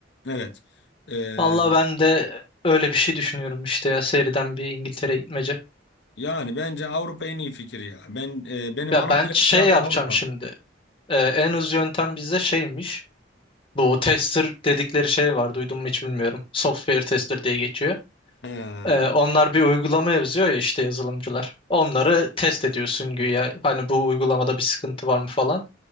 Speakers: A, on the left; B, on the left.
A: Evet. E,
B: Valla ben de öyle bir şey düşünüyorum işte ya seriden bir İngiltere gitmece.
A: yani bence Avrupa en iyi fikir ya. Ben e, benim
B: Ya
A: ana
B: ben
A: planım
B: şey
A: zaten
B: yapacağım
A: Avrupa.
B: şimdi. Ee, en hızlı yöntem bizde şeymiş. Bu tester dedikleri şey var duydun mu hiç bilmiyorum. Software tester diye geçiyor.
A: He,
B: Ee, onlar bir uygulama yazıyor ya işte yazılımcılar. Onları test ediyorsun güya. Hani bu uygulamada bir sıkıntı var mı falan.